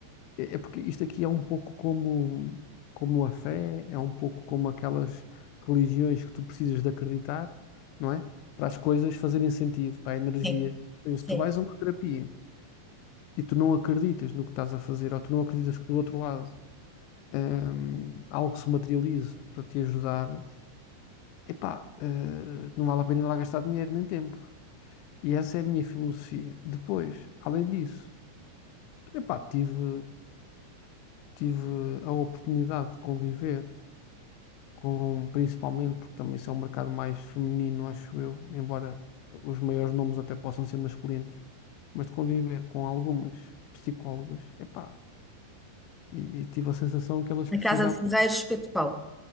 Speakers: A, on the left (about 45°); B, in the centre.
A: é é porque isto aqui é um pouco como, como a fé, é um pouco como aquelas religiões que tu precisas de acreditar, não é? Para as coisas fazerem sentido, para a energia.
B: Sim, sim.
A: Se tu vais a uma terapia e tu não acreditas no que estás a fazer, ou tu não acreditas que do outro lado hum, algo se materialize para te ajudar, Epá, eh, não vale a pena ir lá gastar dinheiro nem tempo. E essa é a minha filosofia. Depois, além disso, epá, tive, tive a oportunidade de conviver com, principalmente, porque também isso é um mercado mais feminino, acho eu, embora os maiores nomes até possam ser masculinos, mas de conviver com algumas psicólogas, epá, e, e tive a sensação que elas
B: Na
A: precisavam,
B: casa de Ferreiros, espeto de pau.